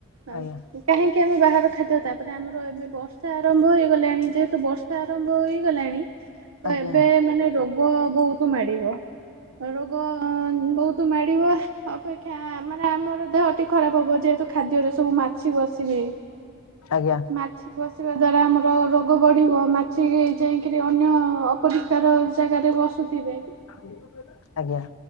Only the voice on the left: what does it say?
ଆଜ୍ଞା
ଆଜ୍ଞା
ଆଜ୍ଞା
<unintelligible> ଆଜ୍ଞା।